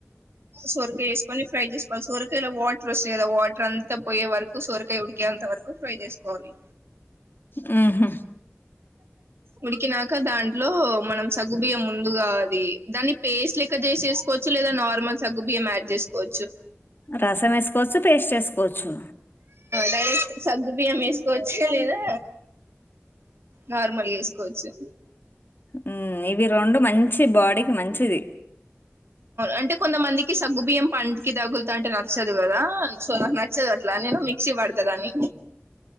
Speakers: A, on the right; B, on the left.
A: సొరకాయ వేసుకొని ఫ్రై చేసుకోవాలి. సొరకాయలో వాటర్ వస్తాయి కదా వాటర్ అంతా పోయే వరకు సొరకాయ ఉడికేంత వరకు ఫ్రై చేసుకోవాలి.
B: హ్మ్ హు
A: ఉడికినాక దాంట్లో మనం సగుబియ్యం ముందుగా అది దాని పేస్ట్ లెక్క చేసేసుకోవచ్చు లేదా నార్మల్ సగ్గు బియ్యం యాడ్ చేసుకోవచ్చు
B: రసం వేసుకోవచ్చు పేస్ట్ వేసుకోవచ్చు
A: డైరెక్ట్ సగ్గు బియ్యం వేసుకోవచ్చు లేదా నార్మల్ వేసుకోవచ్చు
B: హ్మ్ ఇవి రెండు మంచి బాడీకి మంచిది
A: అంటే కొంతమందికి సగ్గుబియ్యం పంటికి తగులుతా అంటే నచ్చదు కదా సో నాకు నచ్చదు అట్లా నేను మిక్సి పడుతదాన్ని